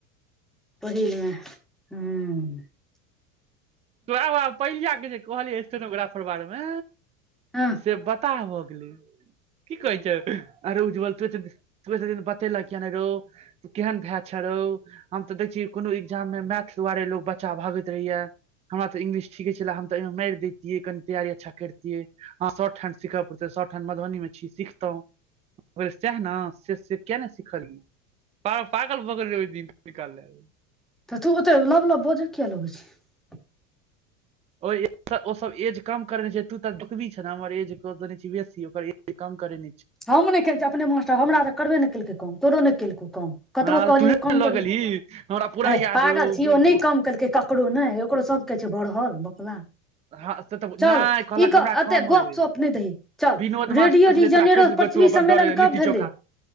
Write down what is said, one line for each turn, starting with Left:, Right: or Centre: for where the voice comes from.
Centre: पहिलमे ह
Right: तो आबब पहिल के जे कहलियै स्टोनग्राफर बारे मे
Centre: हँ
Right: से बताह भऽ गेल की कहै छ आरो ल त द बतेल किया रौ त केहन भाय छ रौ हम त देखिय को एग्जाम मे मैथ दुआारे लोग बच्चा भागैत रहैय हमरा तऽ इंग्लिश ठीके छले हम तऽ मे मार दितिये कनि तैारी अच्छा करितियै शॉर्ट हेंड सिख पड़े शर्ट ओठन मधुबनी मे छी सिखतहु सएह ने से से किया ने सिखलिय प पागल भऽ गेल रहै ओइ दिन सिखै लेल
Centre: तऽ तू ओ तऽ लब लब बोजअ किया लगै छै
Right: ओहि ओ सब एज कम करे छै तू तऽ देखबी छ ने हमर एज दे बेसीकर एज कम करे
Centre: हम नहि खेल छियै अपने मास्टर हमरा तऽ करबे नहि केलकै काम तोरो नहि केलकौ कम कतबो
Right: हँ तऽ
Centre: कहिय
Right: तूहे ने
Centre: कम
Right: लऽ
Centre: कर
Right: गेलही हमरा पूरा
Centre: अरे
Right: याद
Centre: पागल
Right: अइ ओ
Centre: छी नहि कम केलकै ककरो ने ो सबकेछ बढ़ल बोकला
Right: हँ से तऽ
Centre: चल
Right: नहि कहलक
Centre: ई कह
Right: हमरा
Centre: एते
Right: कम
Centre: गप
Right: अइ
Centre: सप नहि दी चल
Right: विनोद
Centre: रेडियो
Right: मास्टर छलै
Centre: रीजनरो
Right: तोरा कहि देलकौ
Centre: पृथ्वी
Right: तू अपन
Centre: सम्मेलन
Right: डरे
Centre: कब
Right: लिट्टी
Centre: भेलै
Right: चोखा